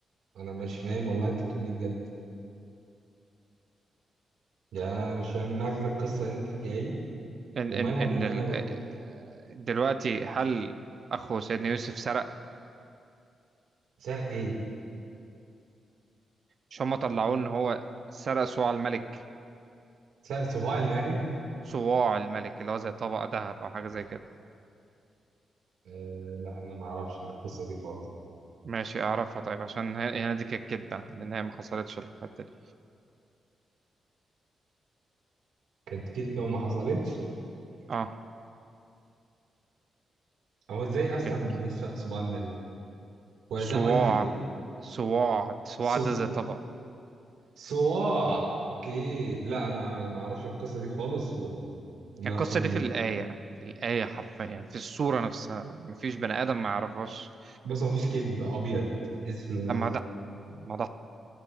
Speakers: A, on the right; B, on the right.
A: انا مش فاهم والله انت بتقول ايه بجد يعني انا مش فاهم مغزى القصه اللي انت بتحكيها لي
B: ان
A: ومالها
B: ان ان
A: باللي
B: ال...
A: انا بقوله
B: إيه، دلوقتي هل اخو سيدنا يوسف سرق
A: سرق ايه
B: مش هم طلعوه ان هو سرق صواع الملك
A: سرق صباع الملك
B: صواع الملك اللي هو زي طبق ذهب او حاجة زي كده
A: آه لا انا ما اعرفش القصه دي خالص
B: ماشي اعرفها طيب عشان هي- هنا دي كانت كدبة لان هي ما حصلتش الحتة دي
A: كانت كدبه وما حصلتش
B: اه
A: هو ازاي اصلا
B: كانت
A: يسرق صباع الملك ولا ده
B: صواع
A: ايتم
B: صواع صواع
A: سو
B: ده زي طبق
A: صواع اوكي لا انا ما اعرفش القصه دي خالص وما
B: القصة
A: اتفهم
B: دي في الآية في الآية حرفيا في السورة نفسها مفيش بني آدم ما يعرفهاش
A: بس هو مفيش كدب ابيض اسمه
B: لما ده ما ده